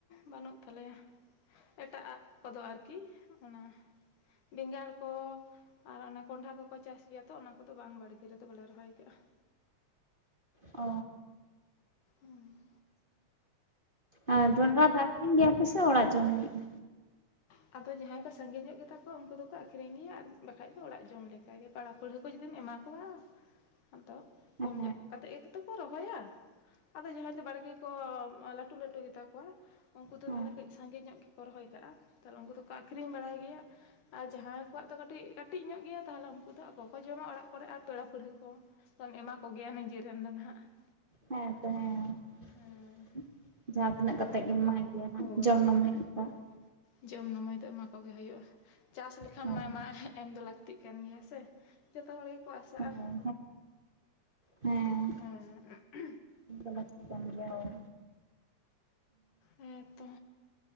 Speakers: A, on the left (about 85°); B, on the right (about 20°).
A: ᱵᱟᱹᱱᱩᱜ ᱛᱟᱞᱮᱭᱟ ᱮᱴᱟᱜ ᱟᱜ ᱠᱚᱫᱚ ᱟᱨᱠᱤ ᱚᱱᱟ ᱵᱮᱸᱜᱟᱲ ᱠᱚ ᱟᱨ ᱚᱱᱮ ᱠᱚᱸᱰᱷᱟ ᱠᱚᱠᱚ ᱪᱟᱥ ᱜᱮᱭᱟ ᱛᱚ ᱚᱱᱟ ᱠᱚᱫᱚ ᱵᱟᱝ ᱵᱟᱲᱜᱮ ᱨᱮᱫᱚ ᱵᱟᱞᱮ ᱨᱚᱦᱚᱭᱠᱟᱜᱼᱟ ᱾
B: ᱚ
A: ᱦᱩᱸ
B: ᱟᱪᱪᱷᱟ ᱟᱨ ᱡᱚᱸᱰᱨᱟ ᱫᱚ ᱟᱠᱷᱨᱤᱧ ᱜᱮᱭᱟ ᱯᱮ ᱥᱮ ᱚᱲᱟᱜ ᱡᱚᱢ ᱦᱩᱭᱩᱜᱼᱟ
A: ᱟᱫᱚ ᱡᱟᱦᱟᱸᱭ ᱠᱚ ᱥᱟᱺᱜᱮ ᱧᱚᱜ ᱜᱮᱛᱟ ᱠᱚ ᱩᱱᱠᱩ ᱫᱚᱠᱚ ᱟᱠᱷᱨᱤᱧ ᱜᱮᱭᱟ ᱟᱨ ᱵᱟᱠᱷᱟᱡ ᱫᱚ ᱚᱲᱟᱜ ᱡᱚᱢ ᱞᱮᱠᱟ ᱜᱮ ᱾ ᱯᱮᱲᱟ ᱯᱟᱹᱲᱦᱟ. ᱠᱚ ᱡᱩᱫᱤᱢ ᱮᱢᱟ ᱠᱚᱣᱟ ᱟᱫᱚ
B: ᱦᱮᱸ
A: ᱠᱚᱢ ᱧᱚᱜ ᱠᱟᱛᱮ ᱜᱮ ᱫᱚᱠᱚ ᱨᱚᱦᱚᱭᱟ ᱟᱫᱚ ᱡᱟᱦᱟᱸᱭ ᱫᱚ ᱵᱟᱲᱜᱮ ᱠᱚ ᱞᱟᱹᱴᱩ ᱞᱟᱹᱴᱩ ᱜᱮᱛᱟ ᱠᱚᱣᱟ ᱩᱱᱠᱩ ᱫᱚ
B: ᱦᱮᱸ
A: ᱛᱟᱦᱚᱞᱮ ᱠᱟᱹᱡ ᱥᱟᱸᱜᱮ ᱧᱚᱜ ᱜᱮᱠᱚ ᱨᱚᱦᱚᱭ ᱠᱟᱜᱼᱟ ᱛᱟᱦᱚᱞᱮ ᱩᱱᱠᱩ ᱫᱚᱠᱚ ᱟᱹᱠᱷᱨᱤᱧ ᱵᱟᱲᱟᱭ ᱜᱮᱭᱟ ᱾ ᱟᱨ ᱡᱟᱦᱟᱸᱭ ᱠᱚᱣᱟᱜ ᱫᱚ ᱠᱟᱹᱴᱤᱡ ᱠᱟᱹᱴᱤᱡ ᱧᱚᱜ ᱜᱮᱭᱟ ᱛᱟᱦᱚᱞᱮ ᱩᱱᱠᱩ ᱫᱚ ᱚᱠᱚᱭ ᱡᱚᱢᱟ ᱚᱲᱟᱜ ᱠᱚᱨᱮ ᱟᱨ ᱯᱮᱲᱟ ᱯᱟᱹᱨᱣᱟᱹ ᱠᱚ ᱫᱚᱢ ᱮᱢᱟ ᱠᱚ ᱜᱮᱭᱟ ᱱᱤᱡᱮᱨᱮᱱ ᱫᱚ ᱱᱟᱦᱟᱜ ᱾
B: ᱦᱮᱸ ᱛᱚ ᱦᱮᱸ
A: ᱦᱮᱸ
B: <inaudible> ᱡᱟᱦᱟᱸᱛᱤᱱᱟᱹᱜ
A: ᱛᱟᱦᱚᱞᱮ
B: ᱠᱟᱛᱮ ᱜᱮᱢ ᱮᱢᱟᱭ ᱜᱮᱭᱟ ᱦᱟᱸᱜ
A: ᱦᱳᱭ
B: ᱡᱚᱢ <unintelligible>
A: ᱦᱮᱸ
B: ᱞᱮᱠᱟ ᱾
A: ᱡᱚᱢ ᱱᱟᱢᱟᱹᱭ ᱫᱚ ᱮᱢᱟ ᱠᱚᱜᱮ ᱦᱩᱭᱩᱜᱼᱟ᱾ ᱪᱟᱥ ᱞᱮᱠᱷᱟᱱ
B: ᱦᱳᱭ
A: ᱢᱟ ᱮᱢ ᱫᱚ ᱞᱟᱹᱠ ᱛᱤᱜ ᱠᱟᱱ ᱜᱮᱭᱟ ᱥᱮ᱾ ᱡᱚᱛᱚ ᱦᱚᱲ ᱜᱮᱠᱚ ᱟᱥᱟᱜᱼᱟ
B: ᱦᱮᱸ ᱦᱮᱸ
A: ᱦᱮᱸ
B: ᱮᱢ ᱫᱚ ᱞᱟᱹᱠᱛᱤ ᱜᱮᱭᱟ ᱦᱳᱭ᱾
A: ᱦᱮᱸᱛᱚ᱾